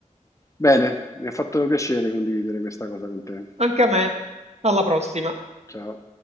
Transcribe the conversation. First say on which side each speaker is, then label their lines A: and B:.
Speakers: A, on the left; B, on the right.
A: bene, mi ha fatto piacere condividere questa cosa con te.
B: Anche a me, alla prossima.
A: Ciao.